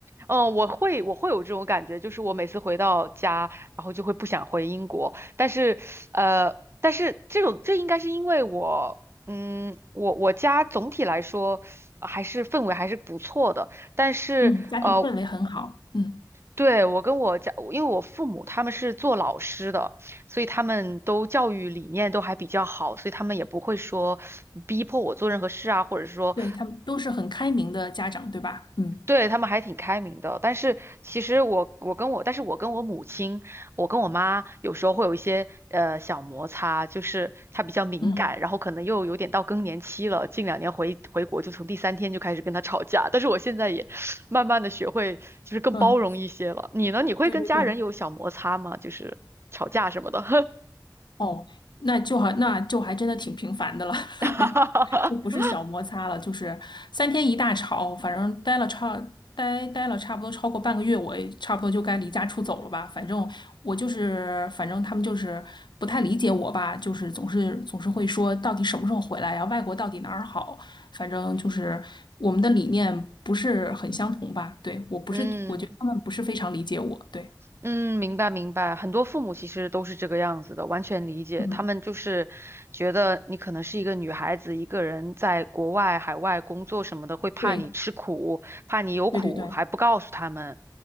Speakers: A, on the right (about 35°); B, on the left (about 80°).
A: 嗯，我会我会有这种感觉，就是我每次回到家，然后就会不想回英国，但是呃，但是这种这应该是因为我。嗯，我我家总体来说呃还是氛围还是不错的，但是呃，
B: <laughs> 嗯，家庭氛围很好。嗯，
A: 对，我跟我家，因为我父母他们是做老师的，所以他们都教育理念都还比较好，所以他们也不会说逼迫我做任何事啊，或者说
B: 对，他们都是很开明的家长，对吧？嗯
A: 对，他们还挺开明的，但是其实我我跟我，但是我跟我母亲，我跟我妈有时候会有一些呃小摩擦，就是她比较敏感，
B: 嗯
A: 然后可能又有点到更年期了，近两年回回国就从第三天就开始跟她吵架，但是我现在也慢慢的学会就是更包容一些了。
B: 嗯，
A: 你呢？你会跟家人有小摩擦吗？
B: 对对对。
A: 就是吵架什么的？
B: 哦，那就好，那就还真的挺平凡的了，
A: <laughs>
B: <laughs> 就不是小摩擦了，就是三天一大吵，反正待了差待待了差不多超过半个月，我也差不多就该离家出走了吧。反正我就是，反正他们就是不太理解我吧，就是总是总是会说到底什么时候回来呀？外国到底哪儿好？反正就是我们的理念不是很相同吧。对，我不是，
A: 嗯
B: 我觉得他们不是非常理解我。对，
A: 嗯，明白明白，很多父母其实都是这个样子的，完全理解。
B: 嗯，
A: 他们就是觉得你可能是一个女孩子，一个人在国外、海外工作什么的，会怕你吃苦，
B: 对，
A: 怕你有苦还不告诉他们，
B: 对对对。